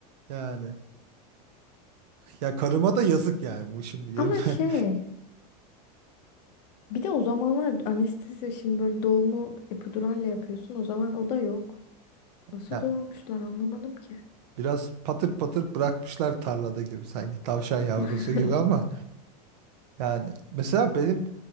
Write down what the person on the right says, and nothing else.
Yani ya karıma da yazık yani bu şimdi 20.
<laughs>
Biraz patır patır bırakmışlar tarlada gibi sanki tavşan yavrusu
gibi ama yani mesela benim